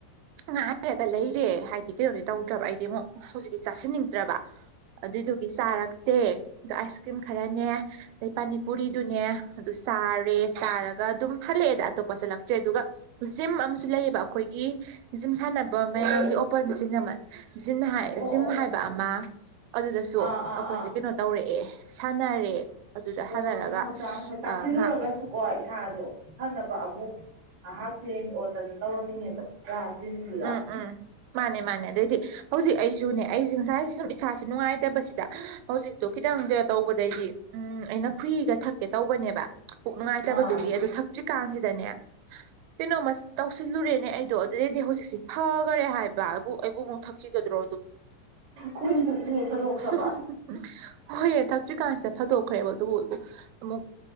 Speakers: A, on the right; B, on the right.
A: ꯉꯥꯏꯔꯒ ꯂꯩꯔꯦ ꯍꯥꯏꯗꯤ ꯇꯧꯗ꯭ꯔꯥꯕ ꯑꯩꯗꯤ ꯑꯃꯨꯛ ꯍꯧꯖꯤꯛꯀꯤ ꯆꯥꯁꯤꯟꯅꯤꯡꯗ꯭ꯔꯕ ꯑꯗꯨꯏꯗꯨꯒꯤ ꯆꯥꯔꯛꯇꯦ ꯑꯗꯣ ꯑꯥꯏꯁ ꯀ꯭ꯔꯤꯝ ꯈꯔꯅꯦ ꯑꯗꯩ ꯄꯅꯤꯄꯨꯔꯤꯗꯨꯅꯦ ꯑꯗꯨ ꯆꯥꯔꯦ ꯆꯥꯔꯒ ꯑꯗꯨꯝ ꯍꯜꯂꯛꯑꯦꯗ ꯑꯇꯣꯞꯄ ꯆꯠꯂꯛꯇ꯭ꯔꯦ ꯑꯗꯨꯒ ꯖꯤꯝ ꯑꯃꯁꯨ ꯂꯩꯌꯦꯕ ꯑꯩꯈꯣꯏꯒꯤ ꯖꯤꯝ ꯁꯥꯟꯅꯕ
B: ꯑꯣ
A: ꯃꯌꯥꯝꯒꯤ
B: ꯑꯣ
A: ꯑꯣꯄꯟ ꯆꯤꯅꯃꯠ ꯖꯤꯟ ꯍꯥꯏ
B: ꯑꯣ
A: ꯖꯤꯝ
B: ꯑꯣ ꯑꯣ ꯑꯣ
A: ꯍꯥꯏꯕ ꯑꯃ ꯑꯗꯨꯗꯁꯨ
B: ꯑꯥ ꯑꯥ
A: ꯑꯩꯈꯣꯏꯁꯦ
B: ꯑꯥ
A: ꯀꯩꯅꯣ ꯇꯧꯔꯛꯑꯦ ꯁꯥꯟꯅꯔꯦ ꯑꯗꯨꯗ
B: ꯑꯣ
A: ꯁꯥꯟꯅꯔꯒ
B: ꯍꯛꯆꯥꯡ ꯍꯛꯆꯥꯡ ꯑꯈꯣꯏ ꯆꯥꯁꯤꯜꯂꯨꯔꯒꯁꯨꯀꯣ
A: ꯉꯥꯏꯍꯥꯛ
B: ꯏꯁꯥꯗꯣ ꯐꯅꯕ ꯑꯃꯨꯛ ꯉꯥꯏꯍꯥꯛ ꯂꯦꯡ ꯑꯣꯠꯇꯅ ꯇꯧꯔꯝꯃꯤꯅꯦꯕ ꯆꯥ ꯑꯖꯤꯟꯗꯨꯗ
A: ꯎꯝ ꯎꯝ ꯃꯥꯅꯦ ꯃꯥꯅꯦ ꯑꯗꯩꯗꯤ ꯍꯧꯖꯤꯛ ꯑꯩ ꯁꯨꯅꯦ ꯑꯩꯖꯦ ꯏꯖꯥꯁꯦ ꯁꯨꯝ ꯅꯨꯡꯉꯥꯏꯇꯕꯁꯤꯗ ꯍꯧꯖꯤꯛꯇꯣ ꯈꯤꯇꯪ ꯇꯧꯕꯗꯩꯗꯤ ꯎꯝ ꯑꯩꯅ ꯅꯈꯨꯏꯒꯈꯨꯍꯤꯛꯀꯦ ꯇꯧꯕꯅꯦꯕ ꯄꯨꯛ ꯉꯥꯏꯇꯕꯗꯨꯒꯤ
B: ꯑꯥ
A: ꯑꯗꯨ ꯊ ꯀꯥꯟꯁꯤꯗꯅꯦ ꯀꯩꯅꯣꯃ ꯇꯧꯁꯤꯜꯂꯨꯔꯦꯅꯦ ꯑꯩꯗꯣ ꯑꯗꯨꯗꯤ ꯍꯧꯖꯤꯛ ꯁꯤ ꯐꯒꯔꯦ ꯍꯥꯏꯕꯕꯨ ꯑꯩꯕꯨ ꯑꯃꯨꯛ ꯊꯛꯈꯤꯒꯗ꯭ꯔꯣ
B: ꯈꯣꯏꯍꯤ ꯊꯛꯇ꯭ꯔꯤꯉꯩ ꯐꯗꯣꯛꯈ꯭ꯔꯕ
A: <unintelligible> ꯍꯣꯏꯐꯌꯝꯝꯑꯗꯛꯊꯛ ꯆ꯭ꯔꯤꯀꯥꯟꯁꯤꯗ ꯐꯥꯗꯣꯛꯈ꯭ꯔꯦꯕ ꯑꯗꯨꯕꯨ ꯑꯩꯕꯨ ꯑꯃꯨꯛ